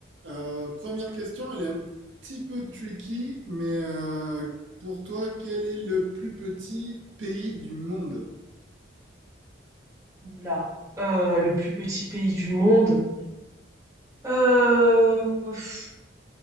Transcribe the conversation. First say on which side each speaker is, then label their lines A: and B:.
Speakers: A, on the right; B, on the right.
A: euh, première question, elle est un petit peu tricky, mais euh, pour toi quel est le plus petit pays du monde?
B: Là, euh, le plus petit pays du monde. Euh, pff,